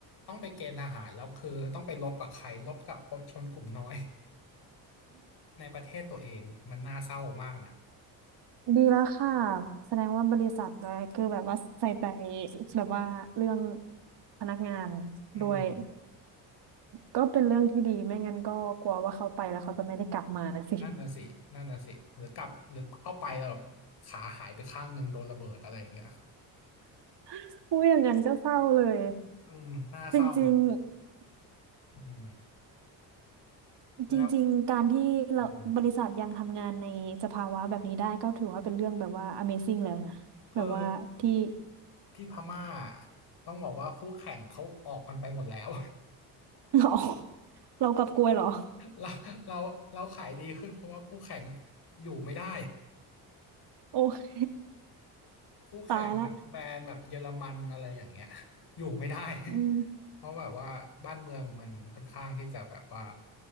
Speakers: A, on the left; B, on the right.
A: ต้องไปเกณฑ์ทหารแล้วคือต้องไปรบกับใครรบกับคนชนกลุ่มน้อย ในประเทศตัวเองมันน่าเศร้ามากนะ
B: ดีแล้วค่ะแสดงว่าบริษัทอะไรคือแบบว่าใส่ใจแบบว่าเรื่องพนักงาน
A: อืม
B: ด้วยก็เป็นเรื่องที่ดีไม่งั้นก็กลัวว่าเขาไปแล้วเขาจะไม่ได้กลับมานะสิ
A: นั่นน่ะสินั่นน่ะสิหรือกลับหรือเข้าไปแล้วแบบขาหายไปข้างหนึ่งโดนระเบิดอะไรอย่างเงี้ย
B: <laughs> อุ้ยอย่างนั้นก็เศร้าเลย
A: อืมน่าเศร้า
B: จริงๆ
A: อืมแล้ว
B: จริงๆการที่เราบริษัทยังทำงานในสภาวะแบบนี้ได้ก็ถือว่าเป็นเรื่องแบบว่า
A: อืม
B: Amazing แล้วนะแบบว่าที่
A: คือที่พม่าต้องบอกว่าคู่แข่งเขาออกกันไปหมดแล้ว
B: <laughs> เราเรากลับกลวยเหรอ
A: <laughs> เราเราเราขายดีขึ้นเพราะว่าคู่แข่งอยู่ไม่ได้
B: โอเค
A: คู่แข่งแบบแบรนด์แบบเยอรมันอะไรอย่างเงี้ย
B: ตายละ
A: <laughs> อยู่ไม่ได้
B: อืม
A: <laughs> เพราะแบบว่าบ้านเมืองมันค่อนข้างที่จะแบบว่า